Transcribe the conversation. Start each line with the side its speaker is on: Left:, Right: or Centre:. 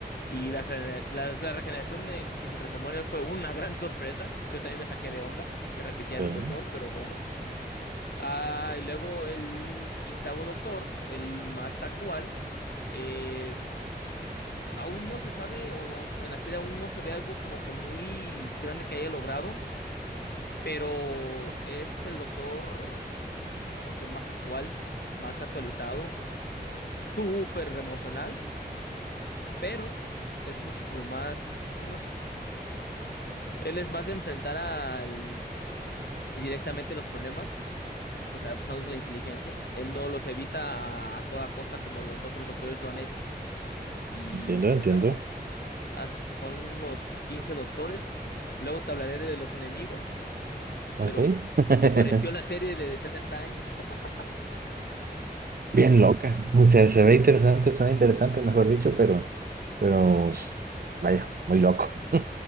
Left: Y la, gener- la, la regeneración de, en que se transformó en él fue una gran sorpresa. Yo también me saqué de onda que repitieran
Right: bueno,
Left: un doctor, pero bueno. Ah, y luego el quinceavo doctor, el más actual, eh, aún no se sabe, o aún- en la serie aún no se ve algo como que muy grande que haya logrado, pero es el doctor como que más actual, más actualizado, súper emocional, pero es muchísimo más... Él es más de enfrentar al... y directamente los problemas, o sea, pues, usando la inteligencia. Él no los evita a, a toda costa como los otros doctores lo han hecho. Y
Right: entiendo,
Left: pues
Right: entiendo.
Left: nada, ah, son los 15 doctores. Luego te hablaré de los enemigos,
Right: Ok.
Left: pero
Right: <laughs>
Left: ¿qué te pareció la serie de 60 años? <laughs>
Right: Bien loca. O sea, se ve interesante, suena interesante, mejor dicho, pero, pero, vaya, muy loco. <laughs>